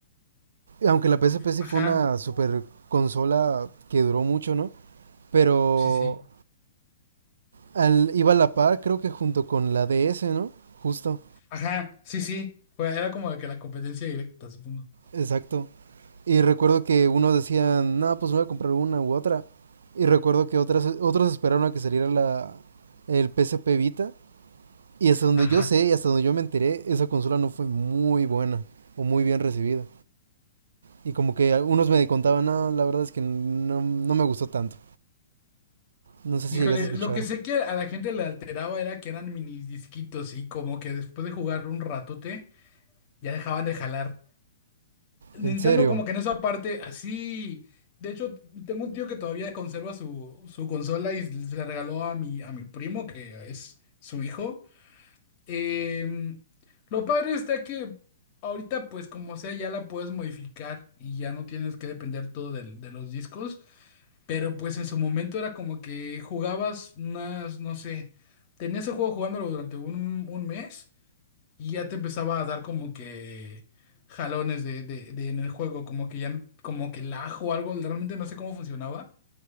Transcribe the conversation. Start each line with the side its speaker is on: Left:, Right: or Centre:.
Right: aunque la PSP sí
Left: Ajá,
Right: fue una super consola que duró mucho, ¿no? Pero
Left: sí, sí.
Right: al, iba a la par, creo que junto con la DS, ¿no? Justo,
Left: Ajá, sí, sí. Fue- era como de que la competencia directa, supongo.
Right: exacto. Y recuerdo que unos decían, no, pues voy a comprar una u otra. Y recuerdo que otras, otros esperaron a que saliera la, el PSP Vita. Y hasta donde
Left: Ajá.
Right: yo sé y hasta donde yo me enteré, esa consola no fue muy buena o muy bien recibida. Y como que algunos me contaban, no, la verdad es que no, no me gustó tanto. No sé
Left: Híjole,
Right: si llegaste a escuchar.
Left: lo que sé que a la gente le alteraba era que eran mini disquitos y como que después de jugar un ratote ya dejaban de jalar. Nintendo
Right: En serio,
Left: como que en esa parte así, de hecho tengo un tío que todavía conserva su, su consola y se la regaló a mi, a mi primo que es su hijo. Em, lo padre está que ahorita pues como sea ya la puedes modificar y ya no tienes que depender todo del- de los discos. Pero pues en su momento era como que jugabas unas, no sé, tenías el juego jugándolo durante un, un mes y ya te empezaba a dar como que jalones de, de- de en el juego, como que ya, no- como que lag o algo, realmente no sé cómo funcionaba.